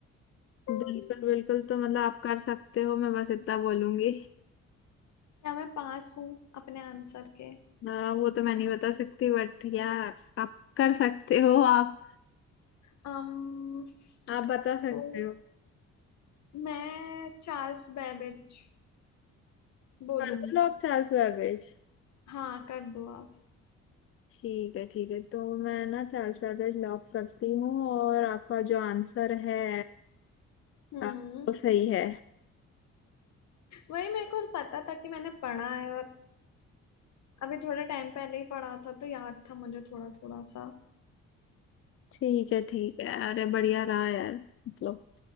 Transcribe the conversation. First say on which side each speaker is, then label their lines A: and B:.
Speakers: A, on the left (about 65°); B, on the left (about 45°).
A: है
B: बिल्कुल बिल्कुल तो मतलब आप कर सकते हो मैं बस इतना बोलूंगी
A: क्या मैं पास हूँ अपने आंसर के
B: अ, वो तो मैं नहीं बता सकती बट या आप कर सकते हो आप
A: um,
B: आप बता सकते
A: तो
B: हो
A: मैं चार्ल्स बैबेज बोलूंगी
B: कर दो लॉक चार्ल्स बैबेज
A: हाँ कर दो आप
B: ठीक है ठीक है तो मैं ना चार्ल्स बैबेज लॉक करती हूँ और आपका जो आंसर है
A: हम्म
B: आ, वो
A: <laughs>
B: सही है
A: वही मेरे को पता था कि मैंने पढ़ा है और अभी थोड़े टाइम पहले ही पढ़ा था तो याद था मुझे थोड़ा थोड़ा सा
B: ठीक है ठीक है अरे बढ़िया रहा यार मतलब